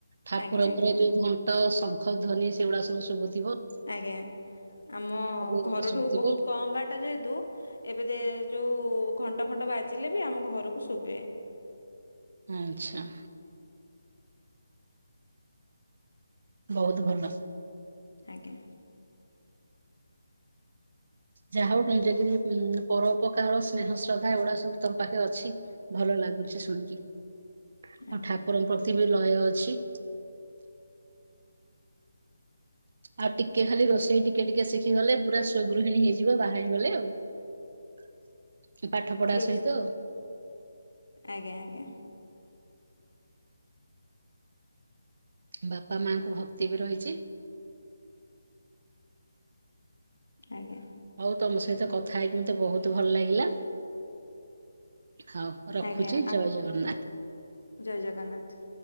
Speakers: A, on the right; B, on the left.
A: ଠାକୁରଙ୍କର
B: ଆଜ୍ଞା ଆଜ୍ଞା
A: ଯୋଉ ଘ ଣ୍ଟ ଶଙ୍ଖ ଧ୍ୱନି ସେଗୁଡା ସବୁ ଶୁବୁଥିବ।
B: ଆଜ୍ଞା ଆମ
A: ଏଗୁଡା
B: ଘରଠୁ
A: ଶୁଭୁଥିବ
B: ବହୁତ କମ୍ ବାଟ ଯେହେତୁ ଏବେ ଦେ ଯୋଉ ଘଣ୍ଟ ଫଣ୍ଟ ବାଜିଲେ ବି ଆମ ଘରକୁ ଶୁବେ।
A: ଆଚ୍ଛା। ବହୁତ ଭଲ।
B: ଆଜ୍ଞା।
A: ଯାହା ହଉ <inaudible> କରି ପରୋଉପକାର ସ୍ନେହ ଶ୍ରଦ୍ଧା ଏଗୁଡା ସବୁ ତମ ପାଖରେ ଅଛି। ଭଲ ଲାଗୁଛି ଶୁଣିକି ଆଉ
B: ଆଜ୍ଞା
A: ଠାକୁରଙ୍କ ପ୍ରତି ବି ଲୟ ଅଛି। ଆଉ ଟିକେ ଖାଲି ରୋଷେଇ ଟିକେ ଟିକେ ଶିଖି ଗଲେ ପୁରା ସୁଗୃହିଣୀ ହେଇଯିବ ବାହାହେଇଗଲେ ଆଉ। ପାଠ ପଢା
B: ରୋଷେ
A: ସହିତ
B: ଆଜ୍ଞା ଆଜ୍ଞା।
A: ବାପା ମାଆଙ୍କୁ ଭକ୍ତି ବି ରହିଛି।
B: ଆଜ୍ଞା।
A: ଆଉ ତମ ସହିତ କଥା ହେଇକି ମତେ ବହୁତ ଭଲ ଲାଗିଲା, ହଉ। ରଖୁଛି
B: ଆଜ୍ଞା
A: ଜୟ
B: ଆପ୍
A: ଜଗନ୍ନାଥ।
B: ଜୟ ଜଗନ୍ନାଥ।